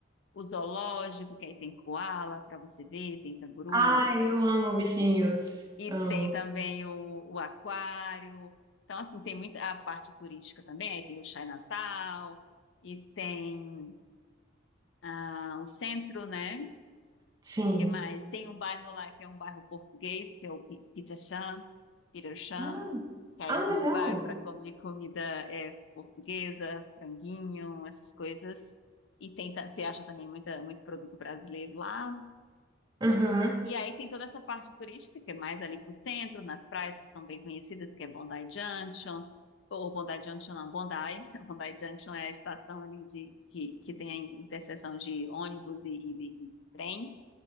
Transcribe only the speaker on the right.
Ai, eu amo bichinhos.
Amo.
Sim.
Ah,
ah,
legal.
Uhum.